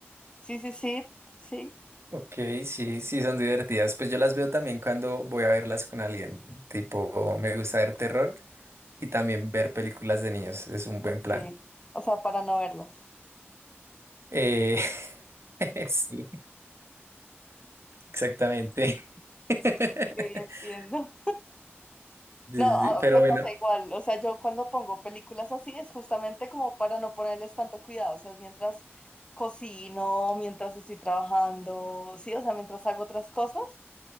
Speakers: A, on the left; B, on the right.
A: Sí, sí, sí, sí,
B: Ok, sí, sí, son divertidas. Pues yo las veo también cuando voy a verlas con alguien. Tipo, me gusta ver terror y también ver películas de niños. Es un buen
A: ok.
B: plan.
A: O sea, para no verlas.
B: Eh, <laughs> sí, exactamente. <laughs>
A: Sí, entiendo.
B: Sí,
A: No, a-
B: sí, sí, Pero
A: me
B: bueno,
A: pasa igual. O sea, yo cuando pongo películas así es justamente como para no ponerles tanto cuidado. O sea, mientras cocino, mientras estoy trabajando, sí, o sea, mientras hago otras cosas.